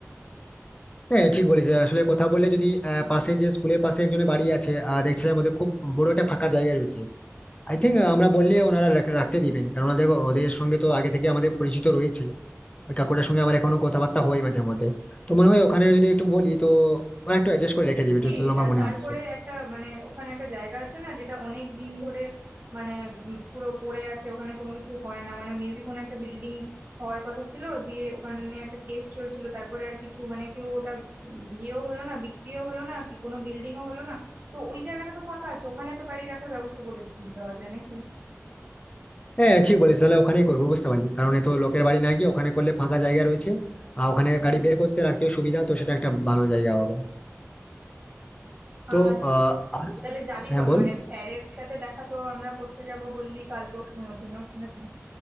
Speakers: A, on the left; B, on the right.
A: হ্যাঁ ঠিক বলেছি আসলে কথা বললে যদি আহ, পাশে যে স্কুলের পাশে একজনের বাড়ি আছে আহ, দেখছিলাম ওদের খুব বড় একটা ফাঁকা জায়গা রয়েছে আই থিঙ্ক আমরা বললে ওনারা রাখ- রাখতে দিবেন কারণ দেখো ওদের সঙ্গে তো আগে থেকে আমাদের পরিচিত রয়েছে ওই কাকুটার সঙ্গে আমার এখনো কথাবার্তা হয় মাঝে মধ্যে তো মনে হয় ওখানে যদি একটু বলি তো ওরা একটু অ্যাডজাস্ট করে রেখে দিবে যতদূর
B: এই
A: আমার
B: আহ,
A: মনে
B: তারপরে
A: হচ্ছে
B: একটা মানে ওখানে একটা জায়গা আছে না যেটা অনেক দিন ধরে মানে উম, পুরো পড়ে আছে ওখানে কোনো কিছু হয় না মানে মেবি কোনো একটা বিল্ডিং হওয়ার কথা ছিল দিয়ে ওখানে একটা কেস চলছিল তারপরে আর কিছু মানে কেউ ওটা উম, ইয়েও হলো না বিক্রিও হলো না কি কোনো বিল্ডিংও হলো না তো ওই জায়গাটা তো ফাঁকা আছে ওখানে তো গাড়ি রাখার ব্যবস্থা করে দেওয়া যায় নাকি
A: হ্যাঁ ঠিক বলিস তাহলে ওখানেই করবো বুঝতে পারলি কারণ এত লোকের বাড়ি না গিয়ে ওখানে করলে ফাঁকা জায়গা রয়েছে আর ওখানে গাড়ি বের করতে রাখতে সুবিধা তো সেটা একটা ভালো জায়গা হবে
B: আহ
A: তো আহ আর-
B: তাহলে যাবি
A: হ্যাঁ
B: কবে
A: বল
B: মানে স্যারের সাথে দেখা তো আমরা করতে যাব বললি কাল পরশুর মধ্যে না নাকি